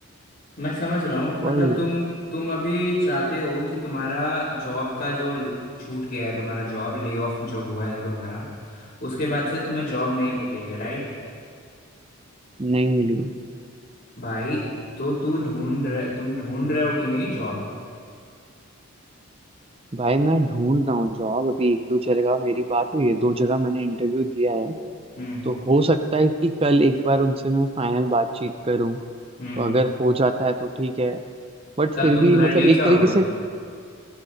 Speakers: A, on the left; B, on the right.
A: मैं समझ रहा हूँ
B: वही
A: मतलब तुम तुम अभी चाहते हो कि तुम्हारा जॉब का जो ल- छूट गया है तुम्हारा जॉब ले ऑफ जो हुआ है तुम्हारा उसके बाद से तुम्हें जॉब नहीं मिली है राइट
B: नहीं मिली
A: भाई तो तू ढूंढ रहे तुम ढूंढ रहे हो कि नहीं जॉब
B: भाई मैं ढूंढ रहा हूँ जॉब अभी एक दो जगह मेरी बात हुई है दो जगह मैंने इंटरव्यू दिया है
A: हम्म
B: तो हो सकता है कि कल एक बार उनसे मैं फाइनल बातचीत करूँ तो
A: हम्म
B: अगर हो जाता है तो ठीक है बट
A: तब
B: फिर
A: तुम
B: भी
A: घर
B: मतलब
A: नहीं
B: एक
A: जाओगे
B: तरीके से